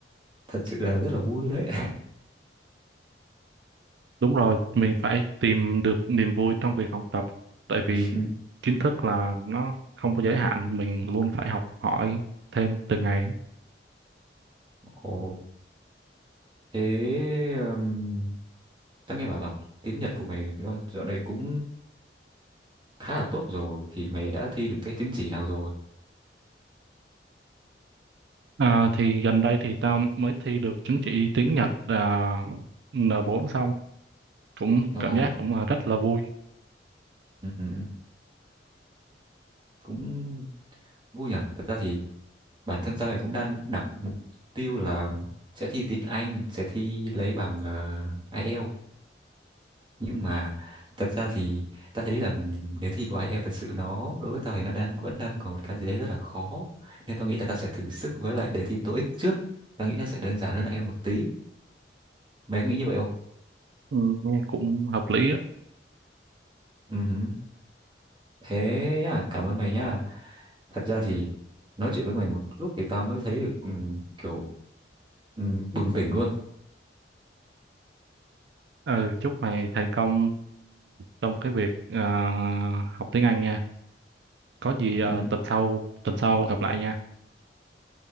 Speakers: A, on the right; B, on the right.
A: thật sự là rất là vui luôn đấy <laughs>
B: Đúng rồi, mình phải tìm được niềm vui trong việc học tập tại vì
A: Ừ.
B: kiến thức là nó không có giới hạn, mình luôn phải học hỏi thêm từng ngày.
A: Ồ, thế um, tao nghe bảo là tiếng Nhật của mày do- dạo này cũng khá là tốt rồi thì mày đã thi được cái chứng chỉ nào rồi?
B: À, thì gần đây thì tao mới thi được chứng chỉ tiếng Nhật à, N4 xong cũng
A: Ồ,
B: cảm giác cũng là rất là vui.
A: ừ, ừ, cũng vui nhỉ. Thật ra thì bản thân tôi cũng đang đặt mục tiêu là sẽ thi tiếng Anh sẽ thi lấy bằng ờ, IELTS nhưng mà thật ra thì ta thấy rằng đề thi của IELTS thật sự nó đối với tao thì nó đang vẫn đang còn một cái gì đấy rất là khó nên tao nghĩ là ta sẽ thử sức với lại đề thi TOEIC trước tao nghĩ nó sẽ đơn giản hơn IELTS một tí mày có nghĩ như vậy không
B: Ừ, nghe cũng hợp lý á.
A: Ừ hử. thế nhá cảm ơn mày nhá thật ra thì nói chuyện với mày một lúc thì tao mới thấy được ừ, kiểu ừ, bừng tỉnh luôn
B: Ừ, chúc mày thành công trong cái việc ờ, học tiếng Anh nha. Có gì ờ,
A: Ừ.
B: tuần sau tuần sau gặp lại nha.